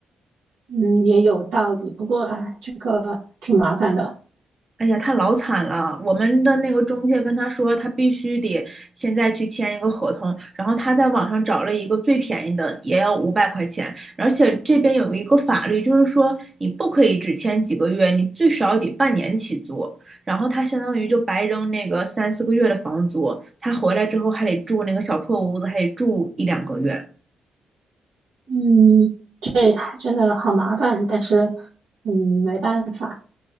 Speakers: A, on the right; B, on the right.
A: 嗯，也有道理，不过哎，这个挺麻烦的，
B: 哎呀，他老惨了。我们的那个中介跟他说，他必须得现在去签一个合同，然后他在网上找了一个最便宜的，也要五百块钱。而且这边有一个法律，就是说你不可以只签几个月，你最少得半年起租。然后他相当于就白扔那个三四个月的房租，他回来之后还得住那个小破屋子，还得住一两个月。
A: 嗯，哎真的好麻烦，但是嗯，没办法，